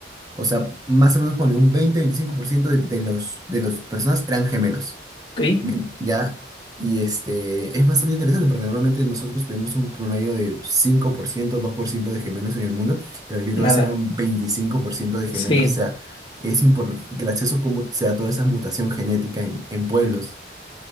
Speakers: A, on the right; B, on the left.
A: O sea, más o menos pone un 20-25% de, de los, de las personas eran gemelos.
B: ¿ok?
A: Bien, ya, y este, es bastante interesante porque normalmente nosotros tuvimos un promedio de cinco por ciento dos por ciento de gemelos en el mundo, pero yo creo
B: Nada.
A: que será un 25% de gemelos,
B: Sí.
A: o sea, es importante, gracioso cómo se da toda esa mutación genética en, en pueblos.